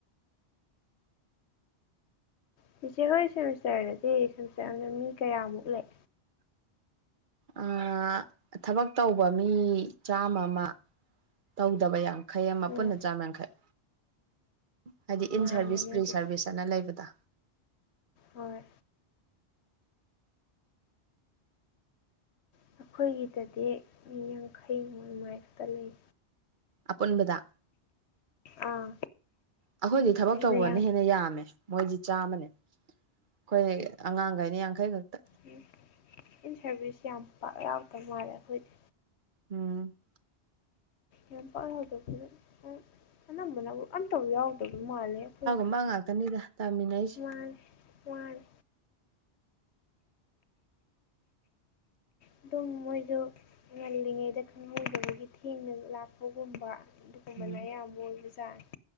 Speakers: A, on the left; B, on the right.
A: ꯆꯤꯆꯦ ꯍꯣꯏ ꯁꯦꯃꯤꯁꯇꯔꯗꯗꯤ ꯁꯦꯃꯤꯁꯇꯔ ꯑꯃꯗ ꯃꯤ ꯀꯌꯥꯃꯨꯛ ꯂꯩ꯫
B: ꯑꯥ ꯊꯕꯛ ꯇꯧꯕ ꯃꯤ ꯆꯥꯝꯃ ꯑꯃ ꯇꯧꯗꯕ ꯌꯥꯡ ꯈꯩ ꯑꯃ
A: ꯎꯝ
B: ꯄꯨꯟꯅ ꯆꯥꯝ ꯌꯥꯡꯈꯩ ꯍꯥꯏꯗꯤ ꯏꯟ
A: ꯌꯥꯝꯃꯦꯅꯦ
B: ꯁꯔꯚꯤꯁ ꯄ꯭ꯔꯤ
A: ꯑꯗꯨꯗꯤ
B: ꯁꯔꯚꯤꯁ ꯑꯅ ꯂꯩꯕꯗ
A: ꯍꯣꯏ ꯑꯩꯈꯣꯏꯒꯤꯗꯗꯤ ꯃꯤ ꯌꯥꯡꯈꯩ ꯃꯨꯛ ꯑꯗꯨꯃꯥꯢ ꯈꯛꯇ ꯂꯩ
B: ꯑꯄꯨꯟꯕꯗ
A: ꯑꯥ
B: ꯑꯩꯈꯣꯏꯗꯤ ꯊꯕꯛ
A: ꯑꯗꯨꯗ
B: ꯇꯧꯕꯅ
A: ꯌꯥꯝ
B: ꯍꯦꯟꯅ ꯌꯥꯝꯃꯦ ꯃꯣꯏꯗꯤ ꯆꯥꯝꯃꯅꯦ ꯑꯩꯈꯣꯏ ꯑꯉꯥꯡꯈꯩꯅ ꯌꯥꯡꯈꯩ ꯈꯛꯇ
A: ꯎꯝ ꯏꯟ ꯁꯔꯚꯤꯁ ꯌꯥꯝ ꯄꯥꯛ ꯌꯥꯎꯗꯃꯥꯜꯂꯦ ꯑꯩꯈꯣꯏꯗꯤ
B: ꯎꯝ
A: ꯌꯥꯝ ꯄꯥꯛ ꯌꯥꯎꯗꯕꯗꯨꯗ ꯑꯅꯝꯕꯅꯕꯨ ꯑꯝꯇꯕꯨ ꯌꯥꯎꯗꯕ ꯃꯥꯜꯂꯦ ꯑꯩꯈꯣꯏ
B: ꯃꯥ ꯉꯥꯛꯇꯅꯤꯗ ꯇꯥꯃꯤꯟꯅꯩꯁꯦ
A: ꯋꯥꯔꯦ ꯋꯥꯔꯦ ꯑꯗꯨꯝ ꯃꯣꯏꯗꯣ ꯉꯜꯂꯤꯉꯩꯗ ꯈꯪꯍꯧꯗꯕꯒꯤ ꯊꯦꯡꯅ ꯂꯥꯛꯄꯒꯨꯝꯕ ꯑꯗꯨꯒꯨꯝꯕꯅ
B: ꯎꯝ
A: ꯑꯌꯥꯝꯕ ꯑꯣꯢꯕꯖꯥꯠꯅꯦ